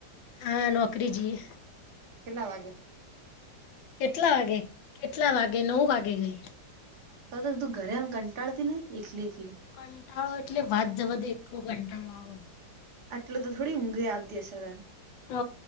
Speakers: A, on the left; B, on the right.
A: હા નોકરી જી
B: કેટલા વાગે.
A: કેટલા વાગે કેટલા વાગે નવ વાગે ગઈ.
B: તો તું ઘરે આમ કંટાળતી નહીં એકલી એકલી
A: કંટાળો એટલે વાત જવા દે એટલો કંટાળો આવે
B: આટલુ તો થોડી ઊંઘ એય આવતી હશે તન
A: હ